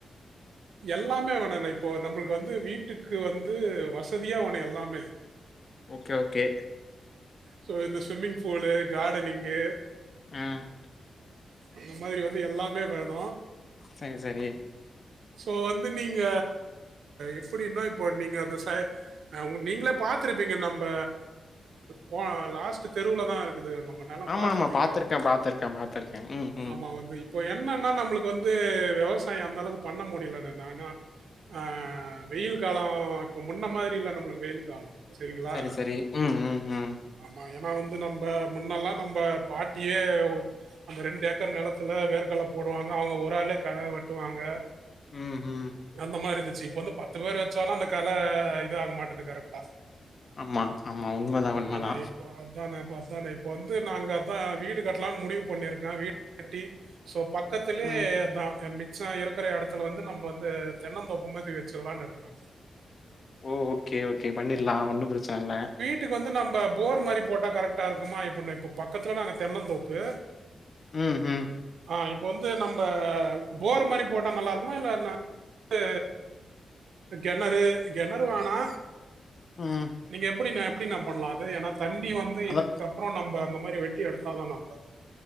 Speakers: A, on the right (about 80°); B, on the left (about 50°).
A: எல்லாமே வேணுன இப்போ நம்மளுக்கு வந்து வீட்டுக்கு வந்து வசதியா வேணு எல்லாமே
B: ஓகே ஓகே
A: ஸோ இந்த ஸ்விம்மிங் ஃபூலு காடனிங்கு
B: ம்
A: இந்த மாரி வந்து எல்லாமே வேணு
B: சரி சரி
A: ஸோ வந்து நீங்க எப்படின்னா இப்ப நீங்க அந்த ச நீங்களே பாத்திருப்பிங்க நம்ப பொ லாஸ்ட் தெருவுலதா இருக் குது நம்ம நெல
B: ஆமா
A: பாத்திருப்பிங்கல்ல
B: ஆமா பாத்துருக்கே
A: நீங்க
B: பாத்துருக்கே பாத்துருக்கே ம் ம்
A: ஆமா வந்து இப் இப்ப என்னன்னா நம்மளுக்கு வந்து விவசாய அந்த அளவுக்கு பண்ண முடில என்னானா ஆ வெயில் கால இப்ப முன்ன மாரி இல்ல நம்மளுக்கு வெயில் கால செரிங்களா
B: சரி சரி ம் ம் ம்
A: ஆமா ஏன்னா வந்து நம்ம முன்னெலா நம்ம பாட்டியே அந்த ரெண்டு ஏக்கர் நெலத்தில வேர்கடல போடுவாங்க அவுங்க ஒரு ஆளே கள வெட்டுவாங்க
B: ம் ம்
A: அந்த மாரி இருந்துச்சு இப்ப வந்து பத்து பேர் வெச்சாலு அந்த கள இதாக மாட்டுது கரெக்டா
B: ஆமா ஆமா உண்மதா
A: ஆமாண
B: உண்மதா
A: இப்ப அதான இப்ப அதான இப்ப வந்து நாங்க அதா வீடு கட்டலான் முடிவு பண்ணிருக்கோ வீடு கட்டி சோ பக்கத்திலயே
B: ம்
A: அதா மிச்ச இருக்க ற எடத்துல வந்து நம்ம வந்து தென்னந்தோப்பு மாதி வெச்சிடலானு இருக்கற
B: ஓ ஓகே ஓகே பண்ணிர்லா ஒன்னு பிரச்சன இல்ல
A: க்கு வந்து நம்ப போர் மாரி போட்டா கரெக்டா இருக்குமா இப்ப ந பக்கத்துல நாங்க தென்னந்தோப்பு
B: ம் ம்
A: ஆ இப்போ வந்து நம்ப போர் மாரி போட்டா நல்லாருக்குமா இல்ல ந து கெணறு கெணறு வேணா
B: ம்
A: நீங்க எப்படி ந எப்படி நா பண்லா அது ஏன்னா தண்ணி வந்து
B: அதா
A: இதுக்கப்பற நம்ப அந்த மாரி வெட்டி எடுத்தாதா நம்ப